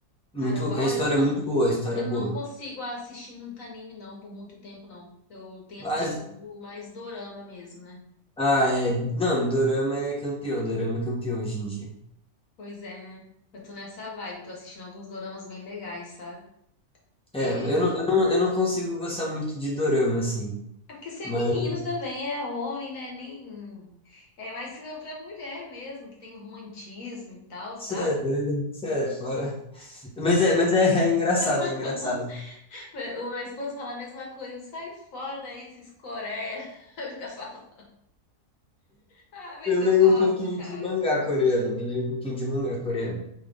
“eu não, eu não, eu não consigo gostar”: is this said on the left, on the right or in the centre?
Centre